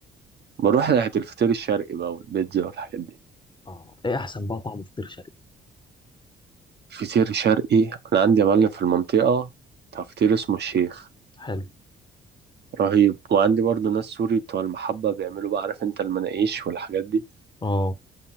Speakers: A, on the right; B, on the left.
A: بروح ناحية الفطير الشرقي بقى والبيتزا والحاجات دي
B: اه إيه أحسن بقى طعم فطير شرقي
A: فطير شرقي أنا عندي يا معلم في المنطقة بتاع فطير اسمه الشيخ
B: حلو
A: رهيب وعندي برضو ناس سوري بتوع المحبة بيعملوا بقى عارف انت المناقيش والحاجات دي
B: اه